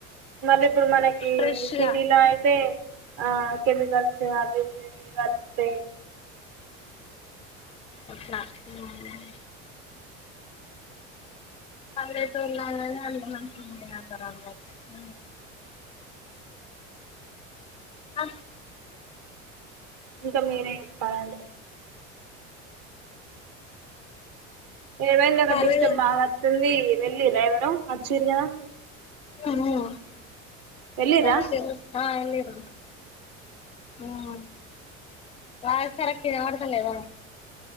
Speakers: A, on the right; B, on the left.
A: మళ్ళీ ఇప్పుడు మనకి
B: ఫ్రెష్
A: సిటీలో
B: గా
A: అయితే ఆ కేమికల్స్ ఆవి ఇవి అని కాళ్తాయి
B: అట్నా హ్మ్ పల్లెటూరులల్ల నే అన్ని మంచిగుంటాయంటారు అల్మోస్ట్ అ
A: ఇంకా మీరే చెప్పాలండి ఏమైంది అక్కడ
B: కాలేజ్
A: డిస్టర్బ్ బాగా వస్తుంది వె ఇ రా ఎవరో అచ్చరు గాదా
B: మ్మ్ హ్మ్
A: వెళ్ళిరా
B: ఒకే వెళ్లిరు మ్మ్ వాయిస్ కరెక్ట్ వినపడుతలేదా